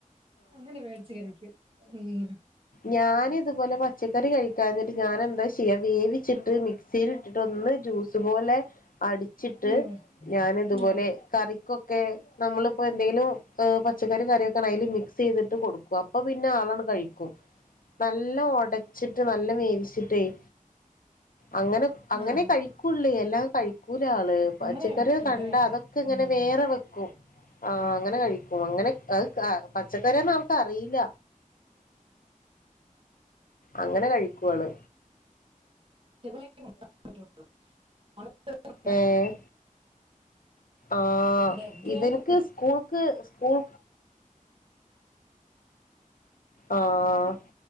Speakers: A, on the right; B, on the left.
A: അങ്ങനെ പേടിച്ച് കഴിക്കും ഉം
B: ഞാനിത്പോലെ പച്ചക്കറി കഴിക്കാഞ്ഞിട്ട് ഞാനെന്താ ചെയ്യ വേവിച്ചിട്ട് മി ക്സീലിട്ടിട്ട് ഒന്ന് ജ്യൂസ് പോലെ അടി ച്ചിട്ട്
A: ഉം
B: ഞാനിത്പോലെ
A: ഉം
B: കറിക്കൊക്കെ നമ്മളിപ്പോ എന്തെങ്കിലും ഏഹ് പച്ചക്കറിം കറിയൊക്കാണെ അയ്ല് മിക്സ് ചെയ്തിട്ട് കൊടുക്കും അപ്പൊ പിന്നെ ആളങ്ങട് കഴിക്കും നല്ലം ഒടച്ചിട്ട് നല്ലം വേവിച്ചിട്ടെയ് അങ്ങനെ അങ്ങനേ
A: ആഹ്
B: കഴിക്കുള്ള് അല്ലാതെ കഴിക്കൂലാള് പച്ചക്കറിയൊക്കെ
A: അങ്ങനെ കഴിക്കുംല്ലേ
B: കണ്ടാ അതൊ‌ക്കിങ്ങനെ
A: ഉം
B: വേറെ വെക്കും ആഹ് അങ്ങനെ കഴിക്കും അങ്ങനെ അത് അഹ് പച്ചക്കറി ആന്ന് ആവൾക്ക് അറിയില്ല അങ്ങനെ കഴിക്കുവള്
A: <unintelligible>
B: ഏഹ് ആഹ്
A: ഉം അങ്ങനെ എഗ്
B: ഇവൻക്ക്
A: ആയിരുന്നു
B: സ്കൂൾക്ക് സ്കൂൾ ആഹ്